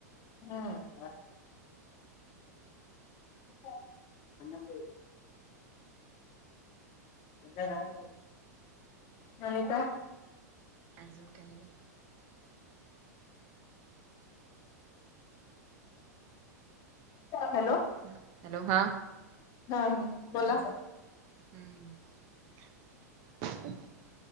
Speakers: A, on the left; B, on the right.
A: हम्. <unintelligible> <unintelligible> अनिका
B: अजून काही नाही
A: हॅलो
B: हम्म हॅलो हा
A: हा बोला
B: हम्म.